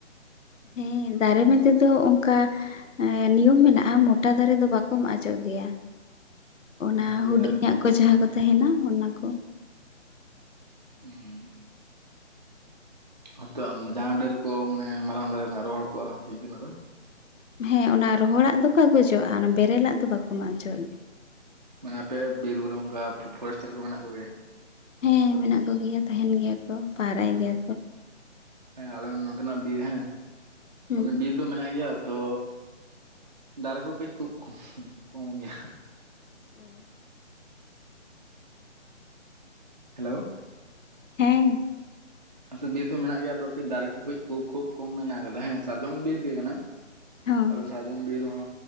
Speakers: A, on the left (about 85°); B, on the right (about 35°).
A: ᱦᱮᱸ ᱫᱟᱨᱮ ᱢᱮᱱ ᱛᱮᱫᱚ ᱚᱱᱠᱟ ᱱᱤᱭᱚᱢ ᱢᱮᱱᱟᱜᱼᱟ ᱢᱳᱴᱟ ᱫᱟᱨᱮ ᱫᱚ ᱵᱟᱠᱚ ᱢᱟᱜ ᱦᱚᱪᱚᱜ ᱜᱮᱭᱟ ᱚᱱᱟ
B: ᱦᱮᱸ ᱦᱩᱰᱤᱧ
A: ᱦᱩᱰᱤᱧᱟᱜ
B: ᱫᱟᱨᱮ
A: ᱠᱚ ᱡᱟᱦᱟᱸ ᱠᱚ ᱛᱟᱦᱮᱱᱟ ᱚᱱᱟᱠᱚ
B: ᱦᱩᱸ ᱦᱛᱳ ᱡᱟᱦᱟᱸ ᱰᱟᱹᱨ ᱠᱚ ᱢᱟᱱᱮ ᱢᱟᱨᱟᱝ ᱫᱷᱟᱨᱮ ᱨᱮᱱᱟᱜ ᱨᱚᱦᱚᱲ ᱠᱚᱜᱼᱟ ᱤᱱᱠᱟᱹᱱᱟᱜ ᱫᱚ
A: ᱦᱮᱸ ᱚᱱᱟ ᱨᱚᱦᱚᱲᱟᱜ ᱫᱚᱠᱚ ᱟᱹ ᱜᱩᱚᱡᱚᱜᱼᱟ ᱚᱱᱟ ᱵᱮᱨᱮᱞᱟᱜ ᱫᱚ ᱵᱟᱠᱚ ᱢᱟᱜ ᱪᱚᱣᱟᱜ ᱜᱮᱭᱟ
B: ᱢᱟᱱᱮ ᱟᱯᱮᱭᱟᱜ ᱵᱤᱨ ᱵᱩᱨᱩ ᱚᱱᱠᱟ ᱯᱷᱚᱨᱮᱥᱴᱟᱨ ᱠᱚ ᱢᱮᱱᱟᱜ ᱠᱚᱜᱮᱭᱟ
A: ᱦᱮᱸ ᱢᱮᱱᱟᱜ ᱠᱚᱜᱮᱭᱟ ᱛᱟᱦᱮᱱ ᱜᱮᱭᱟ ᱠᱚ ᱯᱟᱦᱨᱟᱭ
B: ᱦᱮᱸ
A: ᱜᱮᱭᱟ ᱠᱚ
B: ᱦᱮᱸ ᱟᱞᱮ ᱱᱚᱛᱮᱱᱟᱜ ᱵᱤᱨ ᱦᱮᱸ
A: ᱦᱩᱸ
B: ᱢᱟᱱᱮ ᱵᱤᱨ ᱫᱚ ᱢᱮᱱᱟᱜ ᱜᱮᱭᱟ ᱛᱚ ᱫᱟᱨᱮ ᱠᱚ ᱠᱟᱹᱡ ᱠᱷᱩᱵ ᱠᱚᱢ ᱜᱮᱭᱟ
A: ᱚ
B: ᱦᱮᱞᱳᱣ
A: ᱦᱮᱸ
B: ᱟᱞᱮᱥᱮᱫ ᱵᱤᱨ ᱫᱚ ᱢᱮᱱᱟᱜ ᱜᱮᱭᱟ ᱟᱫᱚ ᱠᱟᱹᱡ ᱫᱟᱨᱮ ᱠᱚ ᱠᱟᱹᱡ ᱠᱷᱩᱵ ᱠᱚᱢ ᱢᱮᱱᱟᱜ ᱟᱠᱟᱫᱟ ᱦᱮᱸ ᱥᱟᱨᱡᱚᱢ ᱵᱤᱨ ᱜᱮ ᱠᱟᱱᱟ
A: ᱦᱚᱸ
B: ᱟᱫᱚ ᱥᱟᱨᱡᱚᱢ ᱵᱤᱨ ᱦᱚᱸ